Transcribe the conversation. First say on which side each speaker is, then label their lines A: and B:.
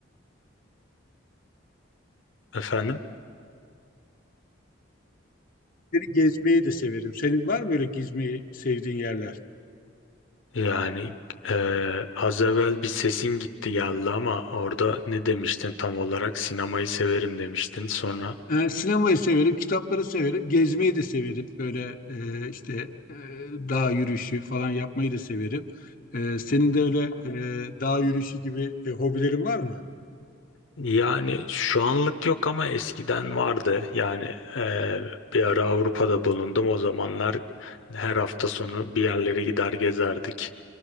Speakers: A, on the left; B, on the left.
A: efendim?
B: gezmeyi de severim. Senin var mı böyle gezmeyi sevdiğin yerler?
A: Yani e, az evvel bir sesin gitti geldi ama orada ne demiştin tam olarak? Sinemayı severim demiştin. Sonra
B: E, sinemayı severim, kitapları severim, gezmeyi de severim. Böyle e, işte e, dağ yürüyüşü falan yapmayı da severim. E, senin de öyle e, dağ yürüyüşü gibi e, hobilerin var mı?
A: Yani şu anlık yok ama eskiden vardı. Yani e, bir ara Avrupa'da bulundum. O zamanlar her hafta sonu bir yerlere gider gezerdik.